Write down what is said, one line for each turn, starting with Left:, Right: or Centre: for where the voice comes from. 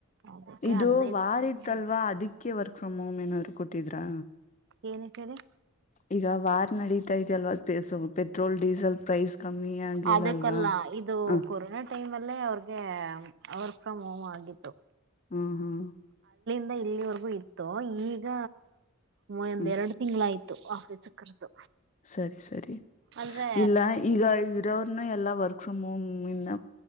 Right: ಅದಕ್ಕೆ
Left: ಇದು
Right: ಹದ್ನೈದು
Left: ವಾರಿತ್ತಲ್ವಾ
Right: ದಿವಸ
Left: ಅದಿಕ್ಕೆ ವರ್- ಫ್ರಮ್ ಹೋಮ್ ಏನಾದ್ರು ಕೊಟ್ಟಿದ್ರಾ.
Right: ಏನಕ್ಕೆ ಹೇಳಿ.
Left: ಈಗ ವಾರ್ ನಡೀತಾ ಇದೆ ಅಲ್ವ ಸೊ ಪೆಟ್ರೋಲ್ ಡೀಸೆಲ್ ಪ್ರೈಸ್. ಕಮ್ಮಿ ಆಗ್ಲಿಲ್ಲ
Right: ಅದಕ್ಕಲ್ಲ
Left: ಅಲ್ವಾ
Right: ಇದು
Left: ಹ
Right: ಕೊರೋನಾ ಟೈಮ್ ಅಲ್ಲೇ ಅವ್ರಿಗೆ. ವರ್ಕ್ ಫ್ರಮ್ ಹೋಮ್ಗಿತ್ತು.
Left: ಹ್ಮ್ ಹ್ಮ್.
Right: ಅಲ್ಲಿಂದ ಇಲ್ಲಿವರೆಗೂ ಇತ್ತು ಈಗ. ಒ ಒಂದ್
Left: ಹ್ಮ್
Right: ಎರಡು ತಿಂಗಳಾಯ್ತು. ಆಫೀಸ್ ಗೆ ಕರ್ದು.
Left: ಸರಿ ಸರಿ
Right: ಅಂದ್ರೆ
Left: ಇಲ್ಲ ಈಗ. ಇದ ಅವ್ರನು ಎಲ್ಲಾ ವರ್ಕ್ ಫ್ರಮ್ ಹೋಮ್ ಇಂದ